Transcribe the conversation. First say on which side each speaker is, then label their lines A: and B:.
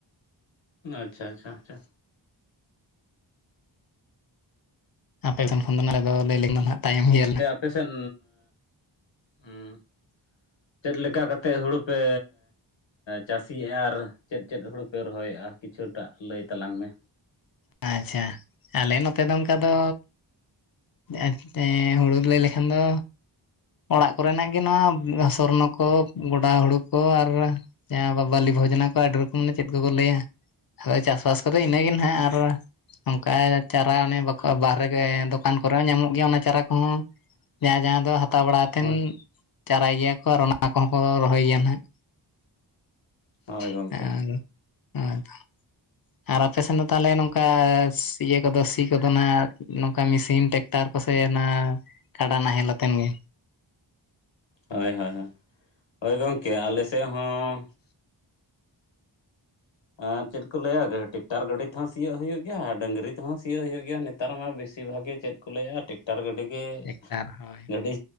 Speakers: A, on the left (about 65°); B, on the left (about 50°).
A: ᱟᱪᱷᱟ ᱪᱷᱟ ᱪᱷᱟ
B: ᱟᱯᱮ ᱥᱮᱱ ᱠᱷᱚᱱ ᱫᱚ ᱱᱚᱰᱮ ᱫᱚ ᱞᱟᱹᱭᱧ ᱫᱚ ᱱᱟ ᱛᱟᱭᱚᱢ ᱜᱮᱭᱟᱞᱮᱼᱼ
A: ᱯᱮᱥᱮᱱ ᱦᱮᱸᱼᱼ ᱪᱮᱫ ᱞᱮᱠᱟ ᱠᱟᱛᱮᱫ ᱦᱩᱲᱩ ᱯᱮᱼᱼ ᱪᱟᱹᱥᱤᱭᱟ ᱟᱨ ᱪᱮᱫ ᱪᱮᱫ ᱦᱩᱲᱩ ᱯᱮ ᱨᱚᱦᱚᱭᱮᱫᱼᱟ ᱠᱤᱪᱷᱩ ᱴᱟᱜ ᱞᱟᱹᱭ ᱛᱟᱞᱟᱝ ᱢᱮ?
B: ᱟᱪᱪᱷᱟ ᱟᱞᱮ ᱱᱚᱛᱮ ᱫᱚ ᱚᱱᱠᱟ ᱫᱚᱼᱼ ᱮᱛᱮ ᱦᱩᱲᱩ ᱞᱟᱹᱭ ᱞᱮᱠᱷᱟᱱ ᱫᱚᱼᱼ ᱚᱲᱟᱜ ᱠᱚᱨᱮ ᱱᱟᱜ ᱜᱮ ᱱᱚᱣᱟ ᱥᱚᱨᱱᱚ ᱠᱚ ᱜᱚᱰᱟ ᱦᱩᱲᱩ ᱠᱚ ᱟᱨᱼᱼ ᱡᱟᱦᱟᱸ ᱵᱟᱞᱤ ᱵᱷᱚᱡᱚᱱᱟ ᱠᱚ ᱟᱹᱰᱤ ᱨᱚᱠᱚᱢ ᱢᱟᱱᱮ ᱪᱮᱫ ᱠᱚᱠᱚ ᱞᱟᱹᱭᱟ ᱟᱫᱚ ᱪᱟᱥ ᱵᱟᱥ ᱠᱚᱫᱚ ᱤᱱᱟᱹᱜᱮ ᱱᱟᱜᱼᱼ ᱚᱱᱠᱟ ᱪᱟᱨᱟ ᱚᱱᱮ ᱵᱟᱠᱚ ᱵᱟᱨᱦᱮᱼᱼ ᱦᱮᱸ ᱫᱚᱠᱟᱱ ᱠᱚᱨᱮ ᱦᱚᱸ ᱧᱟᱢᱚᱜ ᱜᱮᱭᱟ ᱚᱱᱟ ᱪᱟᱨᱟ ᱠᱚᱦᱚᱸ ᱡᱟᱦᱟᱸ ᱡᱟᱦᱸᱟ ᱫᱚ ᱦᱟᱛᱟᱣ ᱵᱟᱲᱟ ᱠᱟᱛᱮᱱᱼᱼ
A: ᱦᱳᱭ
B: ᱪᱟᱨᱟᱭ ᱜᱮᱭᱟ ᱠᱚ ᱟᱨ ᱚᱱᱟ ᱠᱚᱦᱚᱸ ᱠᱚ ᱨᱚᱦᱚᱭ ᱜᱮᱭᱟ ᱱᱟᱦᱟᱜᱼᱼ
A: ᱦᱳᱭ ᱜᱚᱝᱠᱮ
B: <inaudible>
A: ᱦᱳᱭ
B: ᱟᱨ ᱟᱯᱮᱥᱮᱱ ᱫᱚ ᱛᱟᱦᱚᱞᱮ ᱱᱚᱝᱠᱟ ᱤᱭᱟᱹ ᱠᱚᱫᱚ ᱥᱤ ᱠᱚᱫᱚ ᱱᱟᱜ ᱱᱚᱝᱠᱟ ᱢᱤᱥᱤᱱ ᱴᱮᱠ ᱴᱟᱨᱼᱼ ᱥᱮ ᱚᱱᱟ ᱠᱟᱰᱟ ᱱᱟᱦᱮᱞ ᱟᱛᱮᱱ ᱜᱮᱼᱼ
A: ᱦᱳᱭ ᱦᱳᱭ ᱦᱳᱭ ᱦᱚᱭ ᱜᱚᱢᱠᱮ ᱟᱞᱮᱥᱮᱫ ᱦᱚᱸᱼᱼ ᱟᱨ ᱪᱮᱫ ᱠᱚ ᱞᱟᱹᱭᱟ ᱴᱮᱠᱴᱟᱨ ᱜᱟᱹᱰᱤ ᱛᱮᱦᱚᱸ ᱥᱤᱭᱳᱜ ᱦᱩᱭᱩᱜ ᱜᱮᱭᱟ ᱟᱨ ᱰᱟᱹᱝᱨᱤ ᱛᱮᱦᱚᱸ ᱥᱤᱭᱳᱜ ᱦᱩᱭᱩᱜ ᱜᱮᱭᱟ ᱱᱮᱼᱼ ᱱᱮᱛᱟᱨ ᱢᱟ ᱵᱮᱥᱤ ᱵᱷᱟᱜᱮ ᱪᱮᱫ ᱠᱚ ᱞᱟᱹᱭᱟᱼᱼ ᱴᱮᱠᱴᱟᱨ ᱜᱟᱹᱰᱤᱜᱮ
B: ᱴᱮᱠᱴᱟᱨ ᱦᱳᱭ
A: ᱜᱟᱹᱰᱤ